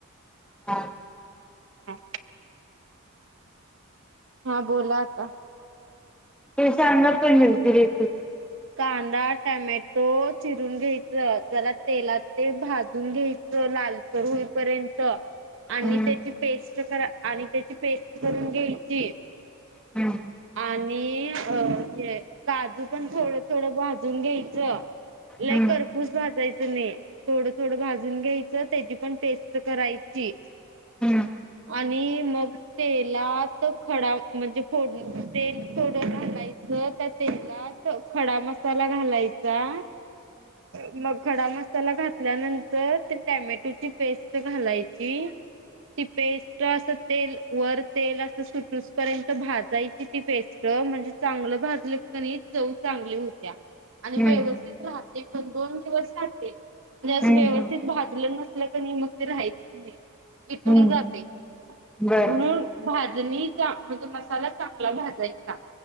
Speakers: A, in the centre; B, on the right.
A: हा.
B: हम्म. हा बोला आता
A: ते संगत पण <unintelligible>
B: कांदा टमॅटो चिरून घ्यायच जरा तेलात ते भाजून घ्यायचं ते लालसर होईपर्यंत आणि
A: हम्म
B: त्याची पेस्ट करा आणि त्याची पेस्ट करून घ्यायची
A: हम्म
B: आणि अ हे काजू पण थोड भाजून घ्यायच लय
A: हम्म
B: खरपूस भाजायचं नाही थोडं थोडं भाजून घ्यायचं त्याची पण पेस्ट करायची.
A: हम्म
B: आणि मग तेलात खडा म्हणजे फोड तेल थोडं घालायचं. त्यात तेलात खडा मसाला घालायचा. मग खडा मसाला घातल्यानंतर ते टॅमॅटोची पेस्ट घालायची. ती पेस्ट अस तेलवर तेल अस सुटूस पर्यंत भाजायची ती पेस्ट. म्हणजे चांगलं भाजल की नई चव चांगली होत्या. आणि
A: हम्म
B: व्यवस्थित
A: हम्म
B: राहते पण दोन दिवस राहते. म्हणजे असं
A: हम्म
B: व्यवस्थित भाजलं नसलं कनई मग ते राहीत नाही इटून
A: हम्म
B: जातेय.
A: बर
B: म्हणून भाजणी चा म्हणजे मसाला चांगला भाजायचा.